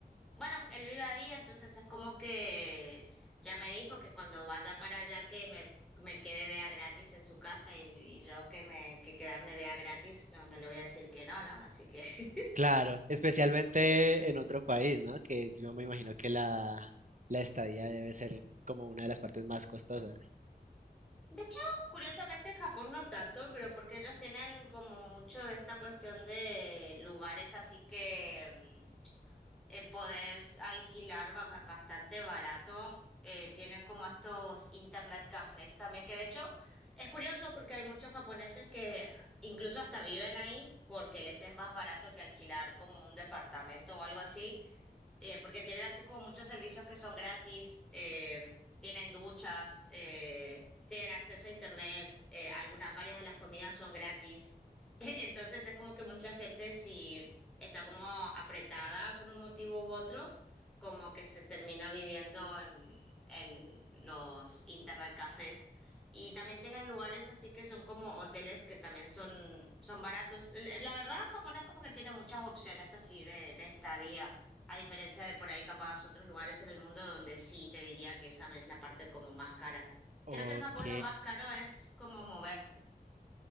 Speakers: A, in the centre; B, on the right (about 50°).
A: bueno, él vive ahí, entonces es como que ya me dijo que cuando vaya para allá que me, me quede de a gratis en su casa y, y yo que me que quedarme de a gratis, no, no le voy a decir que no, ¿no? Así que <laughs>
B: Claro, especialmente en otro país, ¿no? Que yo me imagino que la, la estadía debe ser como una de las partes más costosas.
A: De hecho, curiosamente en Japón no tanto, pero porque ellos tienen como mucho de esta cuestión de lugares así que eh, podés alquilar ba- ba- bastante barato. Eh, tienen como estos internet cafés también, que de hecho es curioso porque hay muchos japoneses que incluso hasta viven ahí porque les es más barato que alquilar como un departamento o algo así eh, porque tienen así como muchos servicios que son gratis, eh, tienen duchas, eh, tienen acceso a internet, eh, algunas, varias de las comidas son gratis. <laughs> Entonces es como que mucha gente si está como apretada por un motivo u otro, como que se termina viviendo en, en los internet cafés. Y también tienen lugares así que son como hoteles que también son, son baratos. La verdad, Japón es como que tiene muchas opciones así de, de estadía. A diferencia de por ahí capaz otros lugares en el mundo donde sí te diría que esa es la parte como más cara.
B: Ok.
A: Creo que en Japón lo más caro es como moverse,